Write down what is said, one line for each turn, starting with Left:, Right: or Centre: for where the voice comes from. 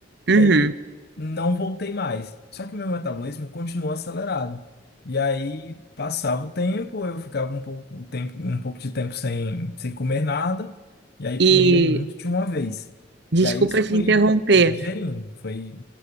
Right: uhum.
Left: e aí não voltei mais. Só que o meu metabolismo continuou acelerado. E aí passava o tempo, eu ficava um pouco, um tempo, um pouco de tempo sem, sem comer nada, e aí
Right: E
Left: comia muito de uma vez.
Right: desculpa
Left: E aí isso
Right: te
Left: foi
Right: interromper,
Left: digerindo, foi